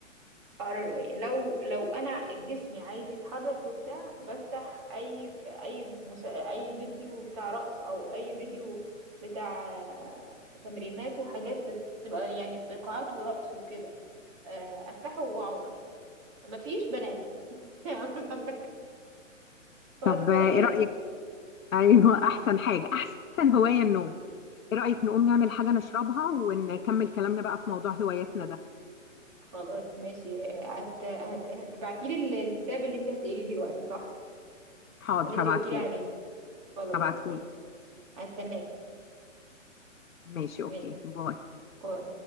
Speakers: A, on the right; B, on the left.
A: أقرأ الرواية لو لو أنا جسمي عايز يتحرك وبتاع بفتح أي أي مسا... أي فيديو بتاع رقص أو أي فيديو بتاع تمرينات وحاجات بس بتبقى يعني بقاعات ورقص وكده آه، افتحه واقعد أروح. مفيش بنام <laughs> يعني مركز. وقت
B: طب
A: <laughs> فراغي
B: آه، ايه رايك
A: بنام
B: ايوه احسن حاجه احسن هوايه النوم ايه رايك نقوم نعمل حاجه نشربها ونكمل كلامنا بقى في موضوع هواياتنا ده
A: خلاص ماشي هت... هت... هتبعتي لي الكتاب اللي انت هتقريه دلوقتي صح
B: حاضر
A: اللي انت
B: هبعتهولك
A: قلتي لي عليه خلاص
B: هبعتهولك
A: ماشي هستناك
B: ماشي اوكي
A: ماشي
B: باي
A: باي.